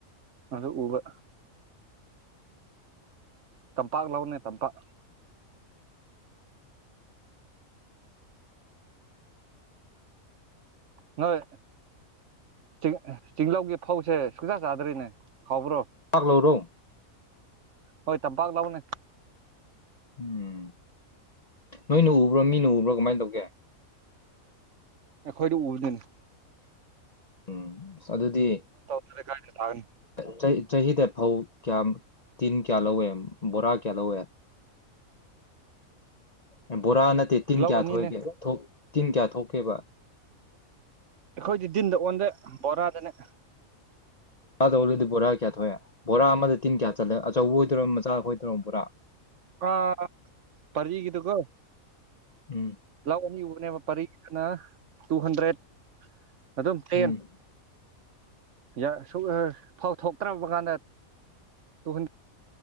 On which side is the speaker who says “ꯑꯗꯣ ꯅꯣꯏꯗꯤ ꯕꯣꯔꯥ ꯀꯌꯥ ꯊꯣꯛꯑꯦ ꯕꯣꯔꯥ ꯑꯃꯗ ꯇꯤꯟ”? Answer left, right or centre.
Left